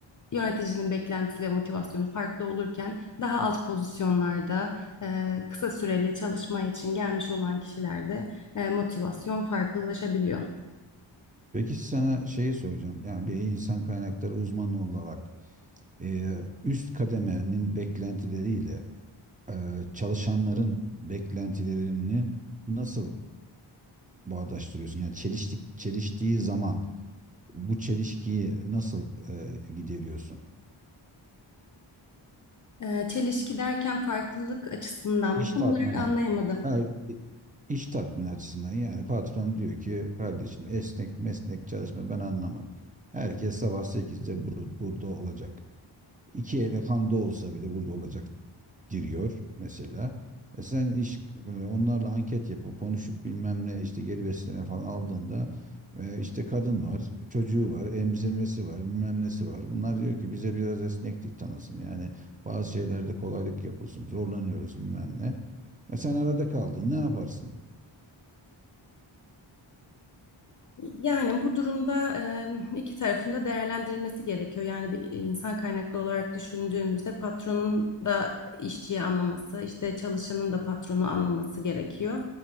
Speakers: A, on the left; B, on the right.
A: yöneticinin beklentisi ve motivasyonu farklı olurken daha alt pozisyonlarda e, kısa süreli çalışma için gelmiş olan kişilerde e, motivasyon farklılaşabiliyor.
B: Peki sana şeyi soracağım. Yani bir insan kaynakları uzmanı olarak e, üst kademenin beklentileriyle e, çalışanların beklentilerini nasıl bağdaştırıyorsun? Yani çeliştik, çeliştiği zaman bu çelişkiyi nasıl e, gideriyorsun?
A: E, çelişki derken farklılık açısından
B: İş
A: mı tam
B: tatmini,
A: olarak anlayamadım.
B: ha, iş tatmini açısından yani patron diyor ki kardeşim esnek mesnek çalışma ben anlamam. Herkes sabah sekizde bur- burada olacak. İki ele kanda olsa bile burada olacak giriyor mesela. E sen iş e, onlarla anket yapıp konuşup bilmem ne işte geri besleme falan aldığında e, işte kadın var, çocuğu var, emzirmesi var, bilmem nesi var. Bunlar diyor ki bize biraz esneklik tanısın. Yani bazı şeylerde kolaylık yapılsın. Zorlanıyoruz bilmem ne. E sen arada kaldın. Ne yaparsın?
A: Yani bu durumda e, iki tarafın da değerlendirilmesi gerekiyor. Yani bir e, insan kaynaklı olarak düşündüğümüzde patronun da işçiyi anlaması, işte çalışanın da patronu anlaması gerekiyor.